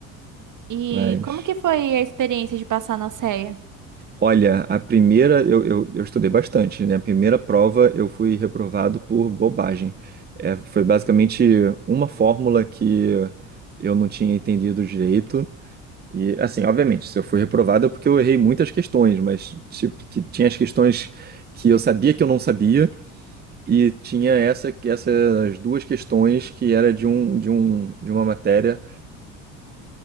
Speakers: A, on the right; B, on the right.
A: E
B: Mas
A: como que foi a experiência de passar na CEA?
B: Olha, a primeira eu, eu, eu estudei bastante, né? A primeira prova eu fui reprovado por bobagem. É, foi basicamente uma fórmula que eu não tinha entendido direito. E assim, obviamente, se eu fui reprovado é porque eu errei muitas questões, mas tipo, que tinha as questões que eu sabia que eu não sabia e tinha essa essas duas questões que era de um de um de uma matéria